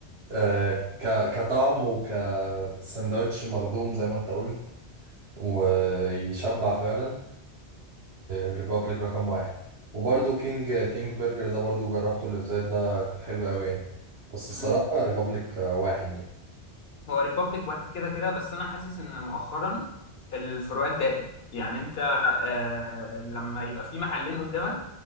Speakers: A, on the right (about 70°); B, on the left (about 65°).
A: آه ك كطعم وكساندوتش مخدوم زي ما انت قلت ويشبع فعلا ريبابليك رقم واحد وبرده كينج كينج برجر ده برضو جربته اللي في زايد ده كان حلو قوي يعني بس الصراحة
B: امم
A: ريبابليك واحد يعني
B: هو ريبابليك واحد كده كده بس انا حاسس ان مؤخرا الفروقات ضاقت يعني انت آه لما يبقى في محلين قدامك